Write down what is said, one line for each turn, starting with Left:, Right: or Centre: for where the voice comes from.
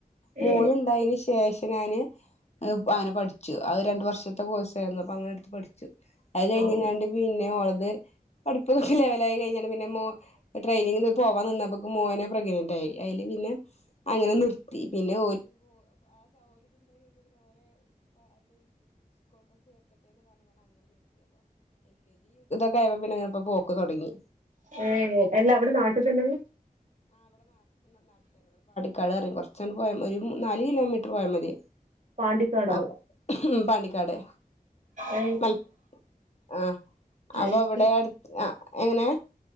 Left: മോളിണ്ടായേന്ശേഷ
Right: ഏ
Left: ഞാന് അങ്ങനെ പഠിച്ചു ആരണ്ടർഷത്തെ കോഴ്സാര്ന്നു അപ്പങ്ങനെട്ത്ത് പഠിച്ചു. അകഴിഞ്ഞിങ്കാണ്ട്
Right: ആ
Left: പിന്നെ ഓള പഠിപ്പുനോക്കില കല്യാണംകഴിഞ്ഞപിന്നെ ട്രയിനിങിന്പോവാൻനിന്നപ്പെക്കും മോനെപ്രഗനറ്റായി അയില് പിന്നെ അങ്ങനെനിർത്തി പിന്നെ <unintelligible> പിന്നിപ്പിങ്ങനെ പോക്ക്തൊടങ്ങി.
Right: ഏഹ് അല ഇവ്ടെനാട്ടിതന്നേ
Left: ടെറങ്ങി കൊർചങ്ങട് പോയാമതി നാല്കിലോമീറ്റർ പോയമതി
Right: പാണ്ടിക്കാടോ
Left: ആഹ് ഉം പാന്തികാട്
Right: ഏ
Left: മല <unintelligible>
Right: അയ്
Left: അപൊവിടെ
Right: ശരി
Left: ആഹ് എങ്ങനെ